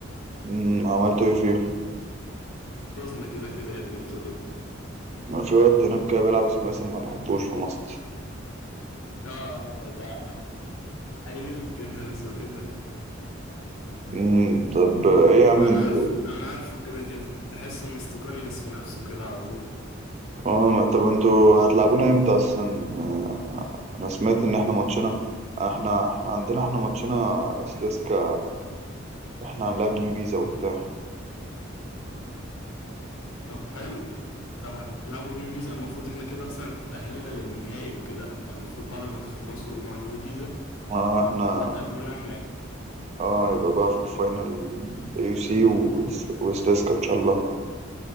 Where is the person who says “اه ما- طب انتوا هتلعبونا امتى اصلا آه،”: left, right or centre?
Right